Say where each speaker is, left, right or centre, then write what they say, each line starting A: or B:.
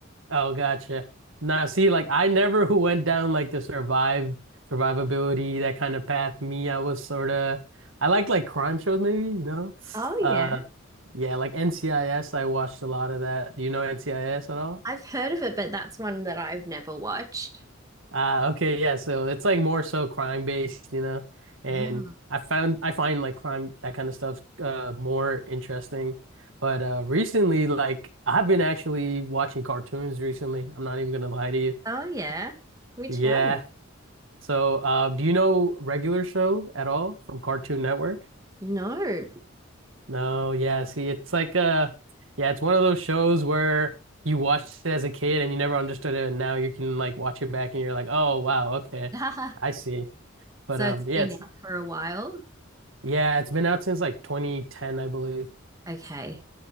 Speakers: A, on the right; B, on the right.
A: Oh, gotcha. Now, see, like I never <laughs> who went down like the survive survivability that kind of path. Me, I was sort of I liked like crime shows, maybe, you know.
B: Oh, yeah.
A: Uh, yeah, like NCIS, I S. I watched a lot of that. Do you know NCIS at all?
B: I've heard of it, but that's one that I've never watched.
A: Ah, okay, yeah. So it's like more so crime based, you know. And
B: Mm.
A: I found I find like crime that kind of stuff uh more interesting. But uh recently like I've been actually watching cartoons recently. I'm not even gonna lie to you.
B: Oh, yeah. Which
A: Yeah.
B: one?
A: So uh do you know Regular Show at all from Cartoon Network?
B: No.
A: No, yeah, see it's like uh yeah, it's one of those shows where you watched it as a kid and you never understood it and now you can like watch it back and you're like, "Oh, wow, okay.
B: <laughs>
A: I see." But
B: So
A: um,
B: it's
A: yeah,
B: been
A: it's
B: out for a while.
A: yeah, it's been out since like 2010, I believe.
B: Okay.